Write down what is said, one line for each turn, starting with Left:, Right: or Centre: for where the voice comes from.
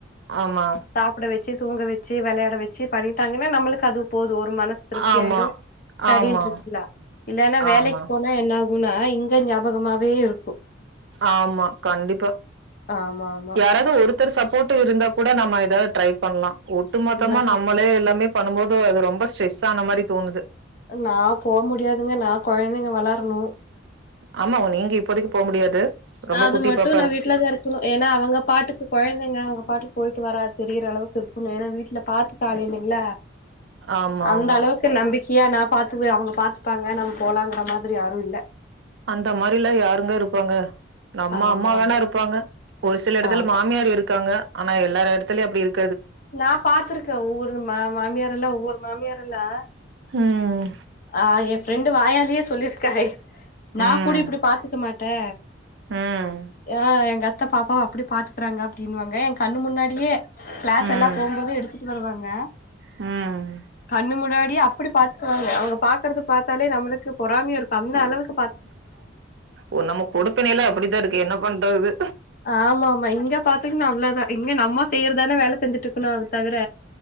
Right: ஆமா
Left: சாப்பிட வெச் வெச்சி தூங்க வெச்சி விளையாட வெச் சி பண்ணிட்டாங்கன்னா நம்மளுக் அது போதும் ஒரு மனசு திருப்தியாயிடும்
Right: ஆமா
Left: சரின்ட்
Right: ஆமா
Left: இருக்குலா இல்லன்னா வேலைக்
Right: ஆமா
Left: போனா என்னாகு குணா <unintelligible> சுகமாவே இருக்
Right: ஆமா கண்டிப்பா
Left: ஆமா ஆமா
Right: யாராவது ஒருத்தர் சாப் போட்டு இருந்தா கூட நம்ம எதாவது ட்ரை பன்லாம் ஒட்டு மொத்தமா
Left: நா
Right: நம்மளே எல்லாமே பண்ணும் போது அது ரொம்ப ஸ்ட்ரெஸ் ஆன மாதிரி தோணுது
Left: நா போ முடியாதுங்க நா குழந்தைங்க வளரணும்
Right: ஆமா நீங்க இப்போதைக்கு போ முடியாது ரொம்ப
Left: அது
Right: குட்டி
Left: மட்டும்
Right: பாப்பா
Left: நான்
Right: இரு
Left: வீட்டுலதான் இருக்கணும் ஏன்னா அவங்க பாட்டுக்கு குழந்தைங்க அவங்க பாட்டுக் போயிட்டு வரா தெரியிற அளவுக்குக் இருக்கனம் ஏனா வீட்ல பார்த்துக்க ஆல் இல்லைங்களா
Right: ஆமா
Left: அந்த
Right: ஆமா
Left: அளவுக்கு நம்பிக் இயா நான் பாத்துவே அவங்க பாத்துப்பாங்க நம் போலங்கிற மாதிரி யாரும் இல்ல
Right: அந்த மாரிலாம் யாருங்க இருப்பாங்க அம்மா
Left: ஆமா
Right: அம்மாதான
Left: ஆமா
Right: இருப்பாங்க ஒரு சில இடத்தல
Left: ஆமா
Right: மாமியார் இருக்காங்க ஆனா எல்லார இடத்தலயும் அப்படி இருக்
Left: நா பாத்திருக்கேன் ஒவ்வொரு மா மாமியாரல்லாம் ஒவ்வொரு மாமியாரல்லாம்
Right: ம்
Left: ஆயிப் ரெண்டு வாயாலியே சொல்லியிருக்கவ நா
Right: ம்
Left: கூட இப்படி பாத்துக்க மாட் த்த
Right: ம்
Left: ஆ எங்க அத் த்த பாப்பாவ அப்படி பாத்துகிராங்க அப்படிமாங்க ஏன் கண்ணு முன்னாடியே பஸ்ல்லாம்
Right: ம்
Left: போகும்போது எடுத் கூட்டு வருவாங்க
Right: ம்
Left: கண்ணு முன்னாடி ஏ அப்படி பாத்துக்குவாங்க அவங்க பாக்கறது பாத்தாலே நம்மளுக்கு பொறாமைய இருக்கும் அந்த அளவுக்
Right: உம் நம்ம கொடுப்பணைல அப்படித்தான் இருக்கு என்ன பண்றது
Left: ஆமா ஆமா இங்க பாத்திங்கன்னா அவ்ளதான் இங்க நம்ம செய்றதானே வேலை செஞ்சுட்டு இருக்கணும் தவிர